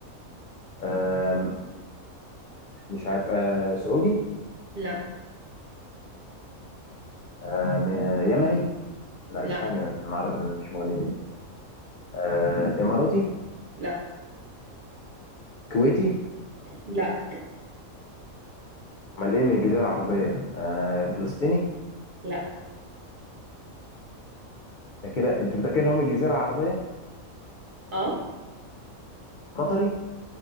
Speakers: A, on the left (about 75°); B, on the right (about 40°).
A: آه مش عارف آه سعودي
B: لا
A: آه م- يمني لا
B: لا
A: استنى انا ما أعرف- أنا مش مغني من اليمن. آه اماراتي
B: لا
A: كويتي
B: لا
A: امال ايه من الجزيره العربيه انا آه فلسطيني
B: لا
A: ده كده انتوا متاكدين هم الجزيره العربيه
B: اه
A: قطري